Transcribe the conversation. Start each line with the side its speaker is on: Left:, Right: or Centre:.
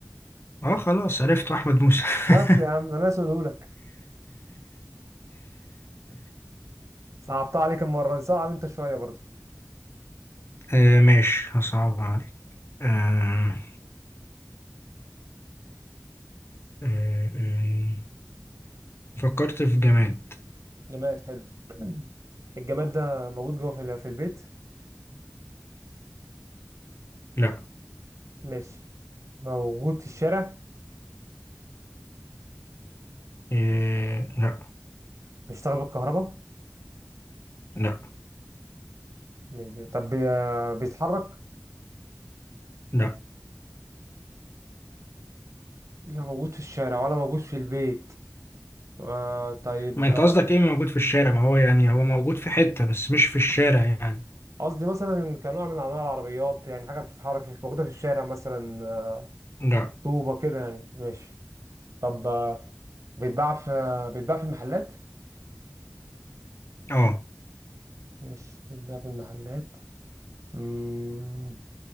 Left: اه خلاص عرفت أحمد موسى
Right: بس
Left: <laughs>
Right: يا عم انا اسالهولك صعبتها عليك المرة دي صعب انت شوية برضو
Left: آه ماشي هصعب عليك آه آه آه فكرت في جماد
Right: جماد حلو <clears throat> الجماد ده موجود جوه في ال- في البيت
Left: لا
Right: ماشي موجود في الشارع
Left: آه لا
Right: بيشتغل بالكهرباء
Left: لا
Right: مش بي... طب بي... بيتحرك
Left: لا
Right: لا موجود في الشارع ولا موجود في البيت آه طيب
Left: ما انت
Right: آه،
Left: قصدك ايه موجود في الشارع ما هو يعني هو موجود في حتة بس مش في الشارع يعني
Right: قصدي مثلا كنوع من انواع العربيات يعني حاجة بتتحرك مش موجودة في الشارع مثلا آه،
Left: لا
Right: طوبة كده يعني ماشي طب آه، بيتباع في آه، بيتباع في المحلات
Left: اه
Right: مش بيتباع في المحلات مم،